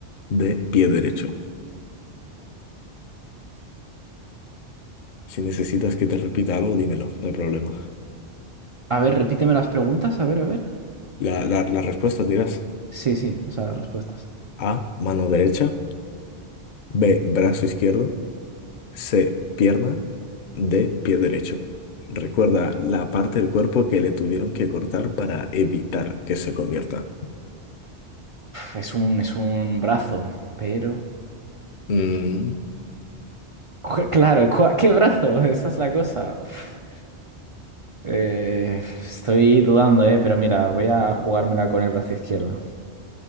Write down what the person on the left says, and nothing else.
D. Pie derecho. Si necesitas que te repita algo, dímelo, no hay problema.
La, la, las respuestas dirás
A, mano derecha, B, brazo izquierdo, C, pierna, D, pie derecho. Recuerda la parte del cuerpo que le tuvieron que cortar para evitar que se convierta.
Mm,